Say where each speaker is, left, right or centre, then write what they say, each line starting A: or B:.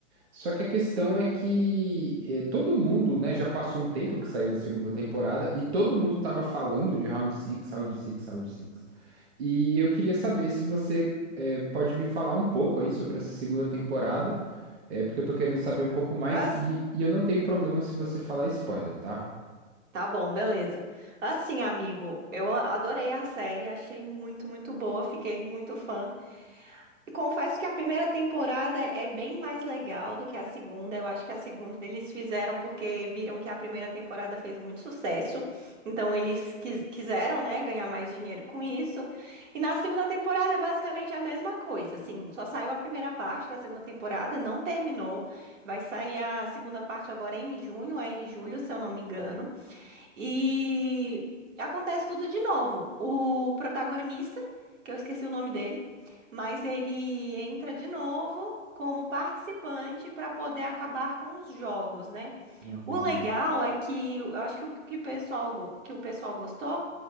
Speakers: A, on the right (about 55°); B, on the right (about 75°).
A: Só que a questão é que eh, todo mundo, né, já passou um tempo que saiu a segunda temporada e todo mundo tava falando de Round Six, Round Six, Round Six. E eu queria saber se você eh, pode me falar um pouco aí sobre essa segunda temporada, eh, porque eu tô querendo saber um pouco mais
B: As-
A: e, e eu não tenho problema se você falar spoiler, tá?
B: Tá bom, beleza. Assim, amigo, eu a- adorei a série, achei muito, muito boa, fiquei muito fã. Confesso que a primeira temporada é bem mais legal do que a segunda. Eu acho que a segunda eles fizeram porque viram que a primeira temporada fez muito sucesso. Então eles quis- quiseram, né, ganhar mais dinheiro com isso. E na segunda temporada é basicamente a mesma coisa. Assim, só saiu a primeira parte da segunda temporada, não terminou. Vai sair a segunda parte agora em junho, é em julho, se eu não me engano. E acontece tudo de novo. O protagonista, que eu esqueci o nome dele, mas ele entra de novo como participante para poder acabar com os jogos, né?
A: No momento
B: O legal é que eu acho que o que o pessoal, go- que o pessoal gostou